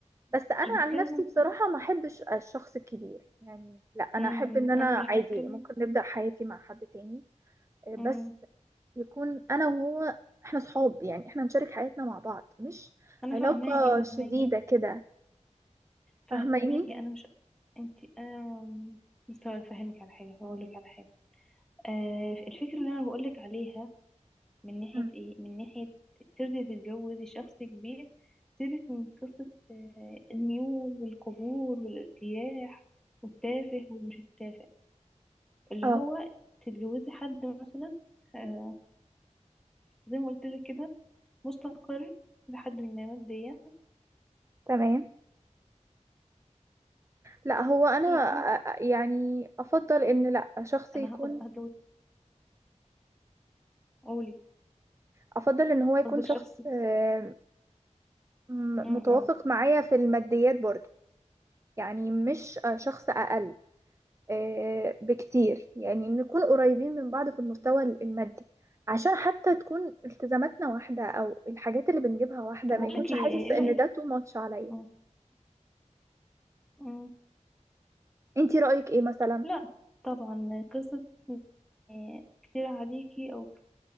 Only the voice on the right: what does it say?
بس أنا
عن نفسي بصراحة ما أحبش الشخص الكبير يعني لا أنا
أحب إن
أنا
عادي
ممكن نبدأ حياتي مع حد تاني آه، بس
يكون أنا وهو إحنا صحاب يعني إحنا نشارك حياتنا مع بعض مش
علاقة
شديدة كده
فاهماني؟
مم.
اه
تمام لا هو انا
آه، يعني افضل ان لا شخص يكون
افضل ان هو يكون
شخص
آه، م-
متوافق
معايا في الماديات برضو يعني مش آه، شخص اقل آه، بكتير يعني نكون قريبين من بعض في المستوى المادي عشان حتى تكون التزاماتنا واحدة او الحاجات اللي بنجيبها واحدة
ما
يكونش
حاسس
ان
ده تو ماتش عليا
انتي رأيك ايه مثلا